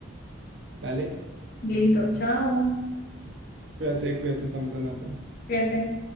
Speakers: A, on the right; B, on the left.
A: Dale,
B: Listo, chao,
A: cuídate, cuídate, estamos hablando.
B: fíjate.